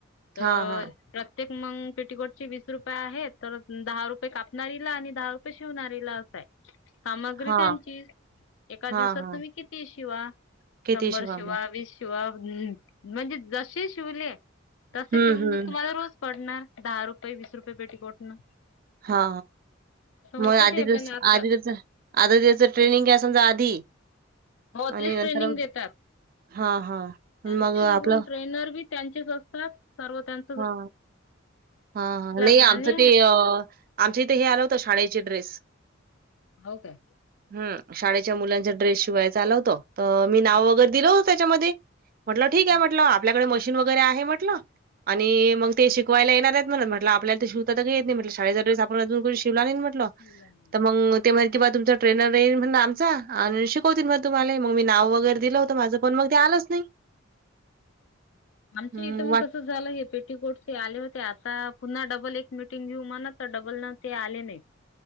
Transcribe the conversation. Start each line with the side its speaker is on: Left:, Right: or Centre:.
Left: तर,
Right: हा हा
Left: प्रत्येक मंग पेटीकोट चे वीस रुपये आहेत तर दहा रुपये कापणारीला आणि दहा रुपये शिवणारीला अस हाय सामग्री
Right: हा
Left: त्यांचीच. एका
Right: हा
Left: दिवसात
Right: हा
Left: तुम्ही कितीही शिवा
Right: किती
Left: शंभर शिवा
Right: मग
Left: वीस शि शिवा म्हणजे जसे शिवले तसे
Right: हम्म
Left: ते
Right: हम्म
Left: तुम्हाला रोज पडणार. दहा रुपये वीस रुपये पेटीकोटन.
Right: हाा मग
Left: होतं
Right: आधी
Left: ते
Right: दिस
Left: पण आता
Right: आधी दिस दिवच ट्रेनिंग आहे समजा आधी,
Left: हो
Right: आणि
Left: तेच
Right: नंतर
Left: ट्रेनिंग देतात
Right: हां, हां.
Left: त्यांच
Right: मग
Left: जवून
Right: आपलं
Left: ट्रेनर बी- त्यांचेच असतात सर्व त्यानं
Right: हा हा हा नाही
Left: जाणे
Right: आमचं ते अ, आमच्या इथे हे आलं होतं शाळेचे ड्रेस.
Left: हो काय?
Right: हम शाळेच्या मुलांचा ड्रेस शिवायच आल होत तर मी नाव
Left: हं,
Right: वगैरे, दिलं हो त्याच्यामध्ये म्हटलं ठीक आहे
Left: हं.
Right: म्हटलं आपल्याकडे मशीन वगैरे आहे म्हटलं आणि मग ते शिकवायला येणार आहेत म्हण म्हटलं आणि मग ते शिकवायला यायलागल्यात म्हण आपल्याला ते शिवतातर येत नाही म्हटलं शाळेचा वेळेस आपण अजून कोणी शिवला नाही म्हट ल
Left: शिवला नाही.
Right: तर मग,
Left: हो.
Right: मग ते किंवा तुमचा ट्रेनर येईल म्हण आमचा आणि शिकवतील मग तुम्हाला मग मी नाव वगैरे दिलं होतं माझं पण मग ते आलंच नाही.
Left: आमच्या
Right: हं.
Left: इथं मग तस, झालं हे पेटीकोट चे आले होते आता पुन्हा डबल एक मिटिंग घेऊ म्हणात तर डबल न ते आले नाही.